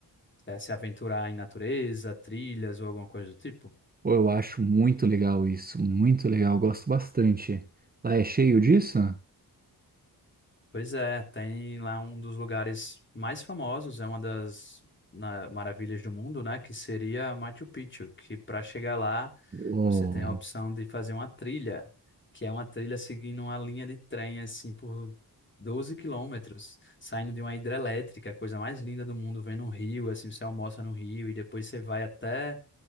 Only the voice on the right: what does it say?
Pô, eu acho muito legal isso, muito legal, gosto bastante. Lá é cheio disso?
Oh.